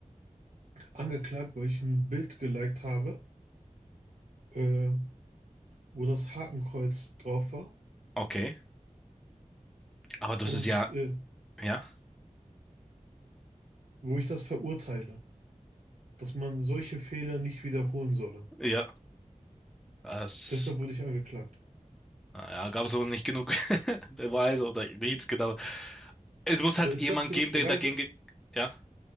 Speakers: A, on the right; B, in the centre.
A: angeklagt, weil ich ein Bild geliked habe, äh, wo das Hakenkreuz drauf war
B: Okay, aber das
A: und
B: ist ja,
A: äh,
B: ja,
A: wo ich das verurteile, dass man solche Fehler nicht wiederholen solle.
B: ja, es
A: Deshalb wurde ich angeklagt.
B: ja, gab es wohl nicht genug <laughs> Beweise oder nichts genau. Es muss halt
A: Äh, Es
B: jemand
A: gab genug
B: geben,
A: Beweise.
B: der dagegen, ge ja,